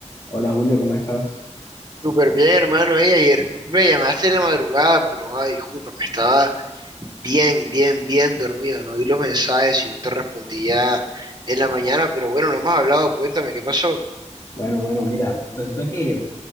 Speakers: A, on the left (about 25°); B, on the right (about 35°).
A: Hola Julio, ¿cómo estás?
B: Súper bien, hermano. Ey, ayer me llamaste en la madrugada, pero ay, disculpa, me estaba bien, bien, bien dormido. No vi los mensajes y no te respondía en la mañana, pero bueno, no hemos hablado. Cuéntame qué pasó.
A: Bueno, bueno, mira, resulta que